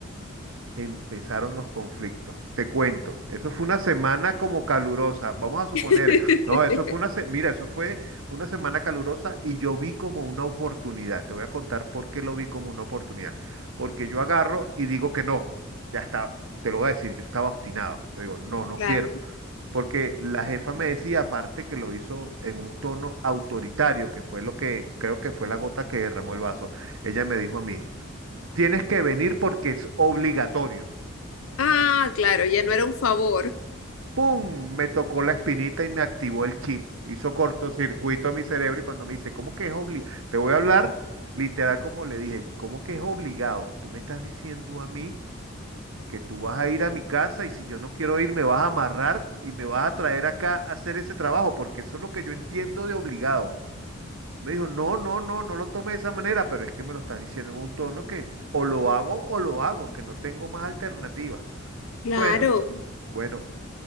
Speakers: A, on the right; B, on the left.
A: Empezaron los conflictos. Te cuento, eso fue una semana como calurosa. Vamos a suponer,
B: <laughs>
A: no, eso fue una se- mira, eso fue una semana calurosa y yo vi como una oportunidad. Te voy a contar por qué lo vi como una oportunidad. Porque yo agarro y digo que no. Ya está, te lo voy a decir, yo estaba obstinado. Yo digo, no, no
B: claro.
A: quiero. Porque la jefa me decía, aparte que lo hizo en un tono autoritario, que fue lo que creo que fue la gota que derramó el vaso. Ella me dijo a mí, tienes que venir porque es obligatorio.
B: Ah, claro, ya no era un favor.
A: ¡Pum! Me tocó la espinita y me activó el chip. Hizo cortocircuito a mi cerebro y cuando me dice, ¿cómo que es obligado? Te voy a hablar literal como le dije, ¿cómo que es obligado? Tú me estás diciendo a mí que tú vas a ir a mi casa y si yo no quiero ir me vas a amarrar y me vas a traer acá a hacer ese trabajo porque eso es lo que yo entiendo de obligado. Me dijo, no, no, no, no lo tome de esa manera, pero es que me lo estás diciendo en un tono que o lo hago o lo hago, que no tengo más alternativa.
B: Claro,
A: Bueno, bueno,